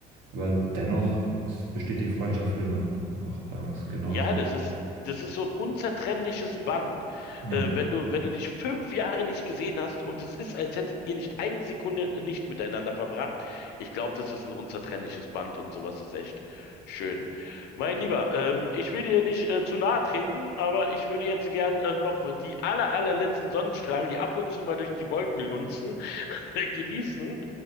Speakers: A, on the right; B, on the left.
A: Aber dennoch es besteht die Freundschaft immer noch bei uns genauso.
B: Ja, das ist, das ist so ein unzertrennliches Band.
A: Ja,
B: Äh, wenn du, wenn du dich fünf Jahre nicht gesehen hast und es ist, als hättet ihr nicht eine Sekunde nicht miteinander verbracht, ich glaube, das ist ein unzertrennliches Band und sowas ist echt schön. Mein Lieber, ähm, ich will dir nicht äh, zu nahe treten, aber ich würde jetzt gern äh, noch die aller, allerletzten Sonnenstrahlen, die ab und zu mal durch die Wolken lunzen, <laughs> genießen.